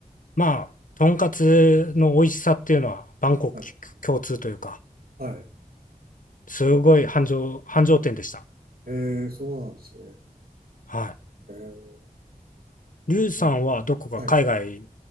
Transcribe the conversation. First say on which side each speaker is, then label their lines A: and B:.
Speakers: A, on the left (about 60°); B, on the right (about 75°).
A: まあ、とんかつの美味しさっていうのは、万国共通というか、
B: はい。はい。
A: すごい繁盛、繁盛店でした。
B: えー、そうなんですね。
A: は
B: えー、
A: い。リュウさんはどこか海外
B: なるほど。はい。